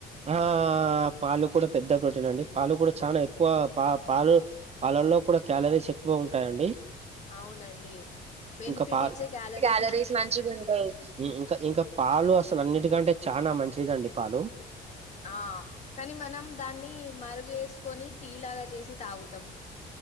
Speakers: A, on the right; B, on the left.
A: ఆ పాలు కూడా పెద్ద ప్రోటీన్ అండి పాలు కూడా చాలా ఎక్కువ. పా పాలు పాలల్లో కూడా క్యాలరీస్ ఎక్కువ ఉంటాయండి.
B: అవునండి బెనిఫిట్
A: ఇంకా పా
B: ఇచ్చే క్యాలరీస్
A: క్యాలరీ మంచిగా ఉంటాయి ఇంకా ఇంకా పాలు అసలు అన్నిటికంటే చాలా మంచిదండి పాలు
B: ఆ కానీ మనం దాన్ని మార్గ చేసుకొని టీ లాగా చేసి తాగుతాము.